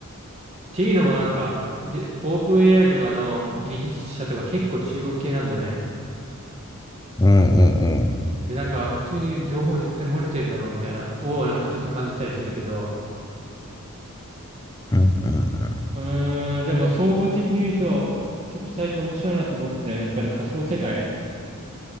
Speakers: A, on the right (about 30°); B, on the left (about 20°).
A: ていうのもなんか、で、オープン AI とかの技術者とか結構中国系なんだよね。
B: うんうんうん。
A: で、なんか普通に情報絶対漏れてるだろうみたいな、をなんかちょっと感じたりするけど、
B: うんうんうん。
A: うーん、でも総合的に言うと、ちょっと最近面白いなと思ってるのは、やっぱり仮想世界